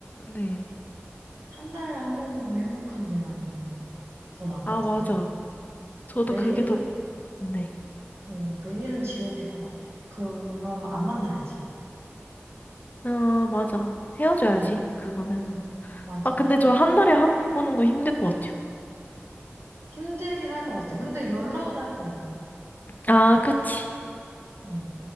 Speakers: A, on the left; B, on the right.
A: 네.
B: 한 달에 한 번 보고 행복한 게 나는 더 나은
A: 아,
B: 것 같은데.
A: 맞아. 저도
B: 매일,
A: 그게 더, 네.
B: 어, 매일은 지옥일 것 같아. 그럼 안 만나야지.
A: 아, 맞아. 헤어져야지,
B: 음,
A: 그거는.
B: 음, 맞아.
A: 아, 근데 저 한 달에 한 번 보는 거 힘들 것 같아요.
B: 힘들긴 할 것 같아. 근데 연락은 할 거 아니야.
A: 아, 그치.
B: 어,